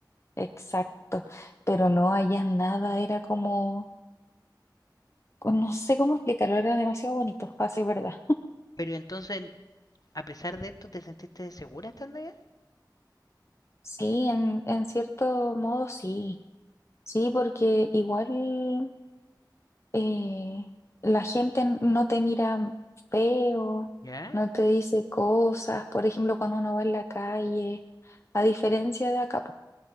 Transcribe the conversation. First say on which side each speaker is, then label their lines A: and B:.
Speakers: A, on the left; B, on the left.
A: exacto, pero no allá nada, era como, pues, no sé cómo explicarlo, era demasiado bonito, para ser verdad.
B: Pero entonces A pesar de esto, ¿te sentiste segura estando allá?
A: Sí, en, en cierto modo sí, sí, porque igual. eh, la gente n- no te mira feo,
B: ¿Ya?
A: no te dice cosas, por ejemplo, cuando uno va en la calle, a diferencia de acá, po.